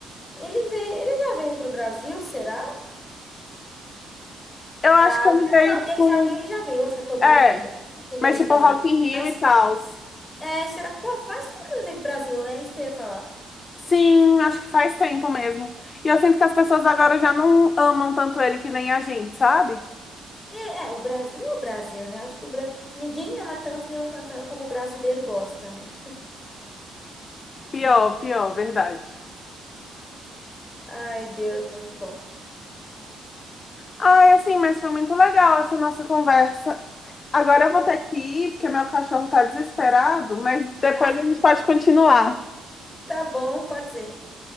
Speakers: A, on the left; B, on the left.
A: Ele veio, ele já veio pro Brasil, será?
B: Eu acho
A: Ah,
B: que ele
A: tá-
B: veio,
A: não,
B: tipo.
A: que ele já veio, ele já veio. Oxe, eu tô doida,
B: É,
A: meu Deus. Ele já
B: mas
A: veio
B: tipo
A: pro Brasil.
B: Rock in Rio
A: Mas,
B: e tal.
A: é, será? Pô, faz tempo que ele não veio pro Brasil, né? É Isso que eu ia falar.
B: Sim, acho que faz tempo mesmo. E eu sinto que as pessoas agora já não amam tanto ele que nem a gente, sabe?
A: É, é, o Brasil é o Brasil, né? Acho que o Bra... ninguém ama tanto nenhum cantor como o brasileiro gosta, né?
B: Pior, pior, verdade.
A: Ai, Deus, muito bom.
B: Ai, assim, mas foi muito legal essa nossa conversa. Agora eu vou
A: Ou
B: ter que ir, porque meu cachorro tá desesperado, mas depois
A: <laughs>
B: a gente
A: tá,
B: pode continuar.
A: tá bom, pode ser.